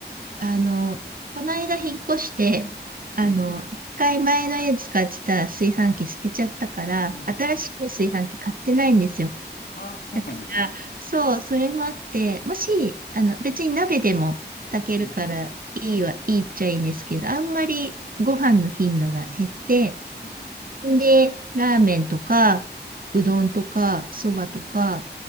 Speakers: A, on the right; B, on the left.
A: あの、この間引っ越して、あの、
B: はい。
A: 一回前の家使ってた炊飯器捨てちゃったから、
B: うんうん。
A: 新しい炊飯器買ってないんですよ。
B: ああ、そうなんですね。
A: だから、そう、それもあって、もし、あの、別に鍋でも炊けるからいいは、
B: うんうん。
A: いいっちゃいいんですけど、あんまりご飯の頻度が減って、
B: うん
A: で、ラーメンとか、うどんとか、そばとか、